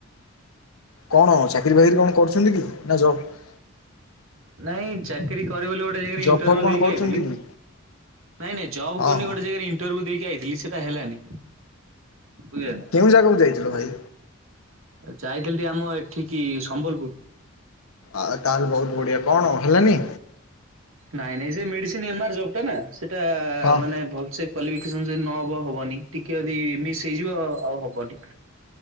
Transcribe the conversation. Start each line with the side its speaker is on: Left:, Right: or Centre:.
Left: କଣ ଚାକିରି ବାକିରି କଣ କରୁଛନ୍ତି କି ନା ଜବ?
Right: ନାଇଁ ଚାକିରି କରିବ ବୋଲି ଗୋଟେ ଗୋଟେ ଜାଗାରେ
Left: ଜବ୍
Right: ଇଣ୍ଟଭ୍ୟୁ
Left: ଫବ୍ କଣ
Right: ଦେଇକି
Left: କରୁଛନ୍ତି
Right: ଆଇଥିଲି।
Left: କି?
Right: ନାହିଁ ନାହିଁ ଜବ୍
Left: ହଁ
Right: କରିନି
Left: ହଁ
Right: ଗୋଟେ ଜାଗାରେ ଇ ଇଣ୍ଟରଭ୍ୟୁ ଦେଇକି ଆଇଥିଲି ସେଟା ହେଲାନି। ବୁଝିଲେ ନା।
Left: କେଉଁ ଜାଗାକୁ ଯାଇଥିଲ ଭାଇ?
Right: ଯାଇଥିଲି ଟିକେ ଆମ ଏଠିକି ସମ୍ବଲପୁର।
Left: ଆଉ ତାହେଲେ ବହୁତ ବଢିଆ‌। କଣ ହେଲାନି?
Right: ନାଇଁ, ନାଇଁ ସେ ମେଡିସିନ୍ ଏମ ଆର୍ ଜବ ଟା ନା। ଆ ସେଟା
Left: ହଁ।
Right: ମାନେ ଭଲ ସେ କ୍ୱାଲିଫିକେସନ ଯଦି ନହବ ହବନି। ଟିକେ ଯଦି ମିସ୍ ହେଇଯିବ ଆଉ ହବନି।